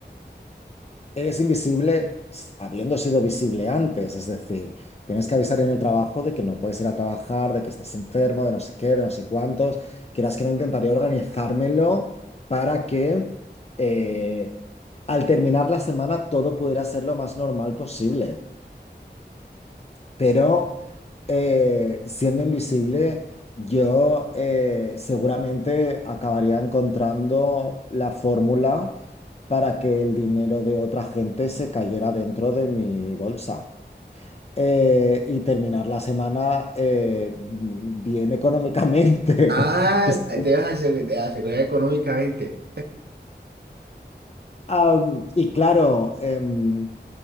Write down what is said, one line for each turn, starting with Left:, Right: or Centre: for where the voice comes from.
Left: eres invisible s- habiendo sido visible antes, es decir, tienes que avisar en el trabajo de que no puedes ir a trabajar, de que estás enfermo, de no sé qué, de no sé cuántos. Quieras que no, intentaría organizármelo para que eh, al terminar la semana todo pudiera ser lo más normal posible. Pero eh, siendo invisible, yo eh, seguramente acabaría encontrando la fórmula para que el dinero de otra gente se cayera dentro de mi bolsa. Eh, y terminar la semana eh, bien económicamente.
Right: Ah,
Left: <laughs> que sea-
Right: te vas a asegu- te asegurar económicamente.
Left: Ah, y claro, em,